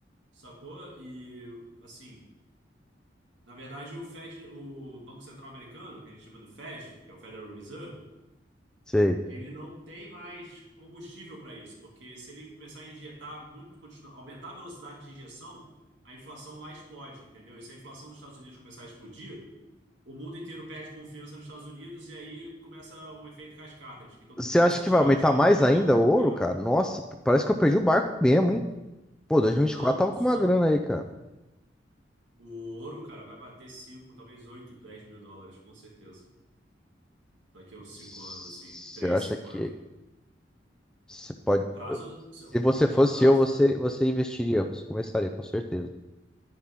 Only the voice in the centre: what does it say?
Sei.
Você
acha
que
vai aumentar
mais
ainda o
ouro,
cara? Nossa, parece que eu perdi o barco mesmo, hein? Pô, 2024
tava com
uma grana aí, cara.
Você
acha
que
você pode.
Se
você
fosse
eu, você,
você investiria, você começaria, com certeza.